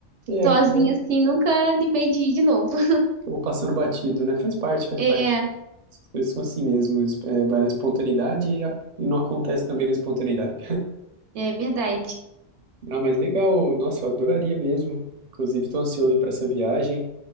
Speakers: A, on the right (about 50°); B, on the right (about 70°).
A: É,
B: sozinha,
A: acabou,
B: assim, nunca animei de ir de novo. <laughs>
A: acabou passando batido, né? Faz parte, faz
B: É,
A: parte. Essas coisas são assim mesmo. es- é, vai na espontaneidade e, a- e não acontece também na espontaneidade.
B: é verdade.
A: Ah, mas legal. Nossa, eu adoraria mesmo. Inclusive, estou ansioso para essa viagem.